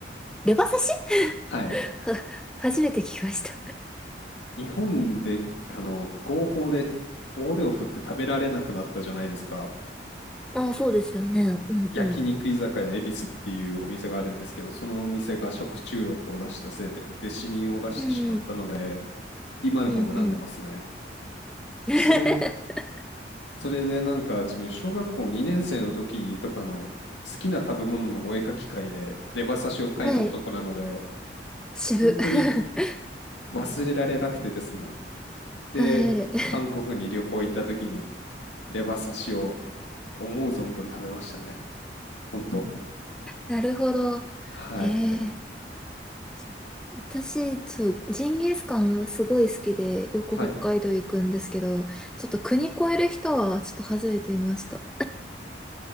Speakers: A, in the centre; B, on the left.
A: レバ刺し
B: はい。
A: <laughs> 初めて聞きました。
B: 日本で、あの、合法で大手を振って食べられなくなったじゃないですか。
A: ああ、そうですよね。うんうん
B: 焼肉居酒屋恵比寿っていうお店があるんですけど、そのお店が食中毒を出したせいで、で、死人を出してしまったので、
A: うん、
B: 今でも恨んでますね。
A: うん、うん。<laughs>
B: で、それ、それでなんか自分、小学校2年生の時とかの好きな食べ物のお絵描き会で、レバ刺しを描いた男なので、
A: はい。渋。
B: 本当に
A: <laughs>
B: 忘れられなくてですね。で、
A: はい。<laughs>
B: 韓国に旅行行った時に、レバ刺しを思う存分食べましたね。本当。
A: なるほど。
B: はい。
A: ええそう私、そう、ジンギスカンすごい好きで、よく北海道行くんですけど、
B: はい。
A: ちょっと国越える人はちょっと初めて見ました。